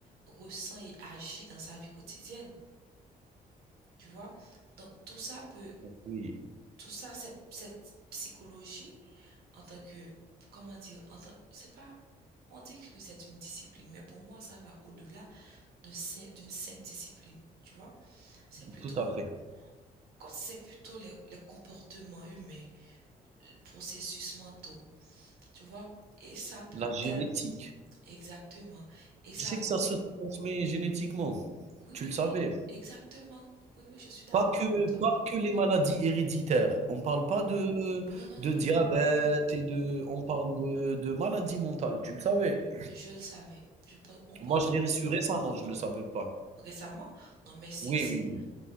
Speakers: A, on the right; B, on the right.
A: ressent et agit dans sa vie quotidienne. Tu vois? Donc tout ça peut,
B: Oui,
A: tout ça, cette, cette psychologie en tant que, comment dire, en tant- c'est pas, on dit que c'est une discipline, mais pour moi ça va au-delà. de sim- d'une simple discipline, tu vois. C'est plutôt,
B: tout à fait.
A: quand c'est plutôt les, les comportements humains, les processus mentaux, tu vois. Et ça peut
B: La génétique.
A: tel, exactement. Et ça,
B: Tu sais que ça se transmet génétiquement.
A: oui,
B: Tu
A: oui,
B: le savais.
A: oui, exactement. Oui, oui, je suis d'accord
B: Pas que
A: avec toi.
B: pas que les maladies héréditaires. On parle pas de
A: Non, non,
B: de
A: non,
B: diabète
A: non, non.
B: et de on parle de de maladies mentales, tu le savais?
A: Je le savais. Je parle, on parle
B: Moi,
A: de
B: je l'ai su récemment, je ne le savais pas.
A: récemment. Non, mais si,
B: Oui,
A: si,
B: oui, oui.